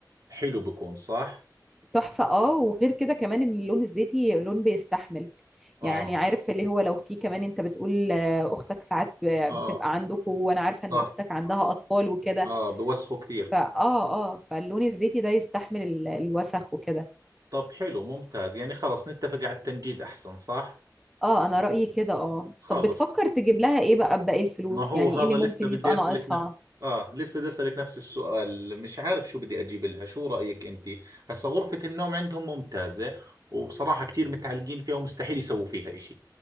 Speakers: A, on the right; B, in the centre.
A: حلو بكون صح
B: تحفة اه وغير كده كمان ان اللون الزيتي لون بيستحمل
A: اه
B: يعني عارف اللي هو لو في كمان انت بتقول آه، اختك ساعات ب-
A: اه
B: بتبقى عندكم وانا عارفة ان
A: صح
B: اختك عندها اطفال وكده
A: اه بوسخوا كثير
B: فاه اه آه، فاللون الزيتي ده يستحمل ال- الوسخ وكده
A: طب حلو ممتاز يعني خلص نتفق على التنجيد احسن صح
B: اه انا رأيي كده اه
A: خلص
B: طب بتفكر تجيب لها ايه بقى بباقي الفلوس
A: ما هو
B: يعني
A: هذا
B: ايه اللي
A: لسه
B: ممكن
A: بدي
B: يبقى
A: اسالك
B: ناقصها
A: نفس اه لسه بدي اسالك نفس السؤال مش عارف شو بدي اجيب لها شو رايك انت هسا غرفه النوم عندهم ممتازه وبصراحه كثير متعلقين فيها ومستحيل يسووا فيها إشي